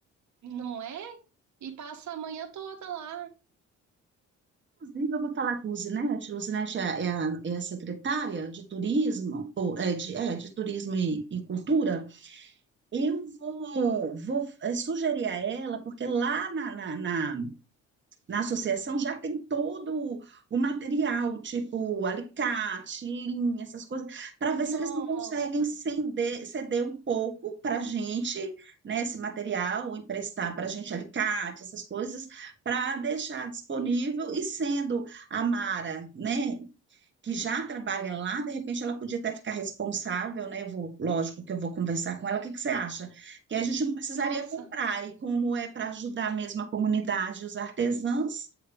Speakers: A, on the right (about 65°); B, on the right (about 40°).
A: Não é? E passa a manhã toda lá.
B: Inclusive, eu vou falar com o Luzinete. Luzinete é, é, a, é a secretária de turismo, ou é de, é, de turismo e, e cultura. Eu vou, vou é, sugerir a ela, porque lá na, na, na na associação já tem todo o material, tipo alicate, linha, essas coisas, para ver se
A: Nossa,
B: eles não conseguem ceder, ceder um pouco para a gente, né, esse material, ou emprestar para a gente alicate, essas coisas, para deixar disponível. E sendo a Mara, né, que já trabalha lá, de repente ela podia até ficar responsável, né? Eu vou, lógico que eu vou conversar com ela. O que que você acha? Que a gente não precisaria
A: nossa,
B: comprar, e como é para ajudar mesmo a comunidade e os artesãos,